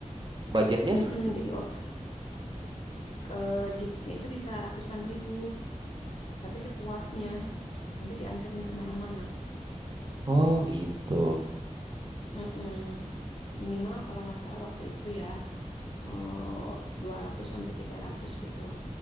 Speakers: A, on the right (about 35°); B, on the left (about 50°).
A: budgetnya
B: Mm-mm,
A: s-
B: jadi om ke jeepnya itu bisa ratusan ribu tapi sepuasnya nanti dianterin kemana-mana
A: oh gitu.
B: Mm-mm. minimal kalau nggak salah waktu itu ya eh, 200 sampai 300 gitu